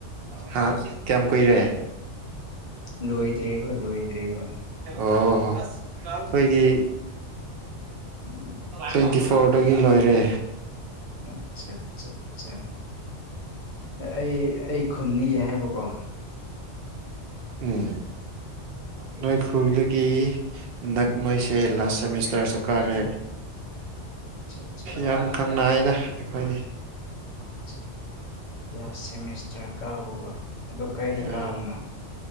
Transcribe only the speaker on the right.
ꯍꯥꯥ ꯀꯌꯥꯝ ꯀꯣꯏ ꯔꯦ
ꯑꯣ ꯍꯣ ꯑꯩꯈꯣꯏꯗꯤ
ꯇ꯭ꯋꯦꯟꯇꯤ ꯐ ꯄꯣꯔꯗꯒꯤ ꯂꯣꯏꯔꯦ
ꯎꯝ
ꯅꯣꯏ
ꯈꯔ ꯒꯤ ꯅꯛ ꯃꯣꯏꯁꯦ ꯂꯥꯁ ꯁꯦꯃꯤꯁꯇꯔꯁꯨ ꯀꯥꯔꯦ
ꯌꯥꯝ ꯀꯪꯅꯏꯅ ꯑꯩꯈꯣꯏꯒꯤ
ꯑꯥ